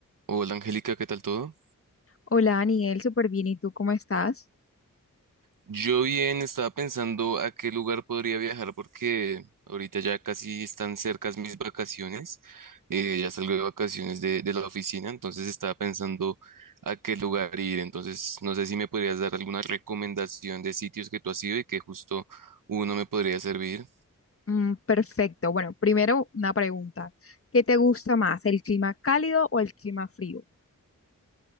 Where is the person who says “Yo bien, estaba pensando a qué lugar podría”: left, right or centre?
Right